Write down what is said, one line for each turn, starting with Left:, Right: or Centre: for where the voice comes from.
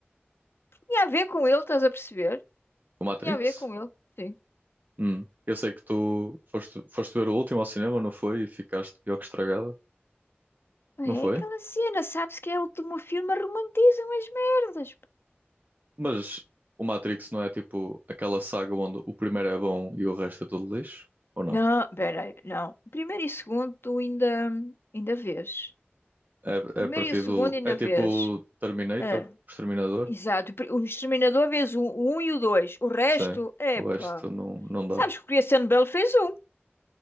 Left: tinha a ver com ele, estás a perceber?
Right: Do Matrix?
Left: Tinha a ver com ele, sim.
Right: Hum. Eu sei que tu foste, foste ver o último ao cinema, não foi? E ficaste pior que estragada,
Left: É
Right: não foi?
Left: aquela cena, sabes que é o meu filme, romantizam as merdas. pá.
Right: Mas o Matrix não é tipo aquela saga onde o primeiro é bom e o resto é tudo lixo? Ou não?
Left: Não, peraí, não. Primeiro e segundo, tu ainda, ainda vês.
Right: É,
Left: Primeiro
Right: é a partir
Left: e o segundo,
Right: do.
Left: ainda
Right: É tipo
Left: vês.
Right: Terminator,
Left: Ah,
Right: o Exterminador?
Left: exato. Pri- O Exterminador vês o, o um e o dois. O resto,
Right: Sim.
Left: epá.
Right: O resto não, não dá.
Left: Sabes que o Christian Bale fez um.